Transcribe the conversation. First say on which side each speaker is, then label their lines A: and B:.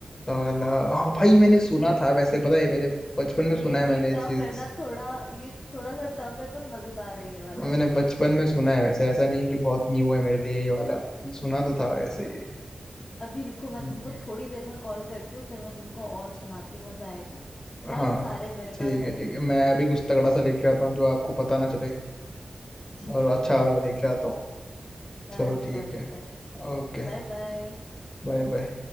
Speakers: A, on the left; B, on the left.
A: ताला हाँ भाई मैंने सुना
B: ये
A: था वैसे पता है मैंने बचपन में सुना
B: ये
A: है मैंने
B: ये
A: ये
B: टफ
A: चीज
B: है ना थोड़ा ये थोड़ा सा टफ है पर मजेदार है ये वाला
A: मैंने
B: है ना
A: बचपन में सुना है वैसे ऐसा नहीं कि बहुत न्यू है मेरे लिए ये वाला मैंने सुना तो था ऐसे
B: हाँ,
A: ही
B: अभी रुको मैं
A: हम्म,
B: तुमको थोड़ी देर में कॉल करती हूँ फिर मैं तुमको और सुनाती हूँ मजा आएगा बहुत
A: हाँ
B: सारे हैं मेरे पास
A: ठीक है
B: ऐसे
A: ठीक है मैं अभी कुछ तगड़ा सा लेके आता हूँ जो आपको पता ना चले
B: ठीक
A: और अच्छा
B: है
A: वाला लेके आता हूँ
B: Done
A: चलो ठीक
B: done
A: है
B: done
A: ओके
B: Bye bye
A: Bye bye